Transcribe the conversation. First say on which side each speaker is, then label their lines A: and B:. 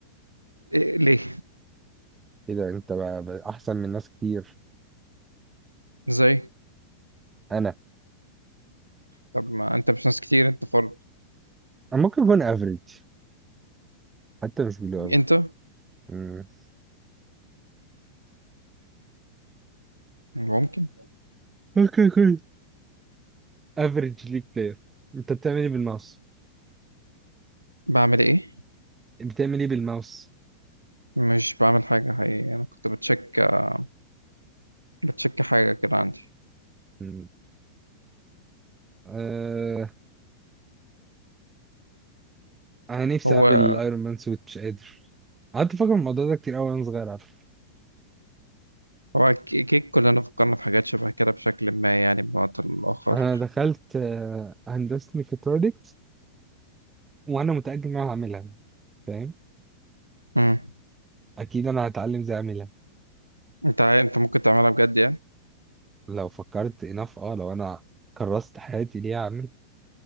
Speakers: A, on the right; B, on the right.
A: إيه ليه؟
B: كده انت بقى بقى احسن من ناس كتير
A: إزاي؟
B: انا
A: طب ما أنت مش ناس كتير أنت فرد
B: انا ممكن اكون average حتى مش بيلو قوي
A: أنت
B: امم
A: ممكن
B: اوكي اوكي افريج ليج بلاير انت بتعمل ايه بالماوس
A: بعمل إيه؟
B: بتعمل ايه بالماوس
A: مش بعمل حاجة حقيقي أنا كنت بتشيك آه، بتشيك حاجة كده عندي
B: مم. آه... انا نفسي
A: هو
B: اعمل ايرون مان سوت مش قادر قعدت افكر في الموضوع ده كتير قوي وانا صغير على فكرة.
A: هو ك- كيك كلنا فكرنا في حاجات شبه كده بشكل ما يعني بوقت الآخر
B: انا دخلت آه... هندسه ميكاترونكس وانا متاكد ان انا هعملها فاهم
A: مم.
B: اكيد انا هتعلم ازاي اعملها
A: أنت عا- أنت ممكن تعملها بجد يعني
B: لو فكرت انف اه لو انا كرست حياتي ليه اعمل